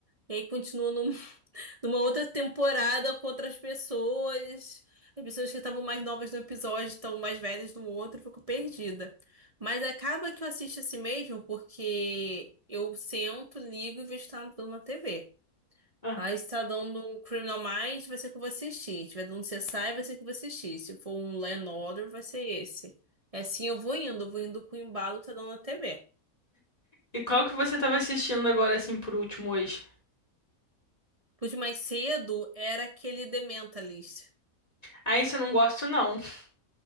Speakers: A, on the right; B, on the left.
A: e aí continua num- <laughs> numa outra temporada com outras pessoas. As pessoas que estavam mais novas no episódio estão mais velhas no outro, eu fico perdida. Mas acaba que eu assisto assim mesmo, porque eu sento, ligo e vejo que tá dando na TV.
B: Ah.
A: Aí se tá dando um Criminal Minds, vai ser o que eu vou assistir. Se tiver dando CSI, vai ser o que eu vou assistir. Se for um Law and Order, vai ser esse. É assim, eu vou indo, eu vou indo com o embalo que tá dando na TV.
B: E qual que você tava assistindo agora, assim, por último hoje?
A: Por de mais cedo era aquele The Mentalist.
B: Ah, isso eu não gosto, não. <laughs>